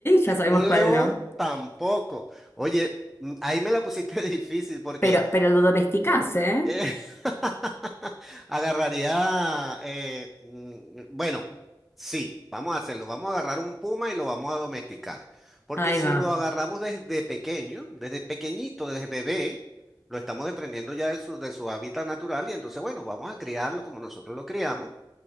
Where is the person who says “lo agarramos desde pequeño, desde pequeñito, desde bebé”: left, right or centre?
Centre